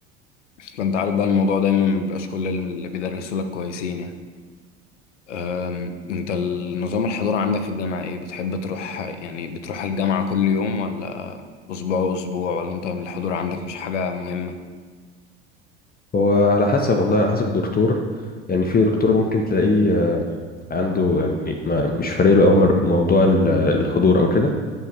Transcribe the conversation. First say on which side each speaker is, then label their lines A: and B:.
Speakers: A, on the left; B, on the left.
A: اصل انت عارف بقى الموضوع دايما مبيبقاش كل اللي بيدرسوا لك كويسين يعني أم، انت النظام الحضور عندك في الجامعة ايه بتحب تروح يعني بتروح الجامعة كل يوم ولا اسبوع اسبوع ولا انت الحضور عندك مش حاجة مهمة
B: هو على حسب والله على حسب الدكتور يعني في دكتور ممكن تلاقيه آه، عنده يعني ما مش فارق له قوي موضوع ال- الحضور او كده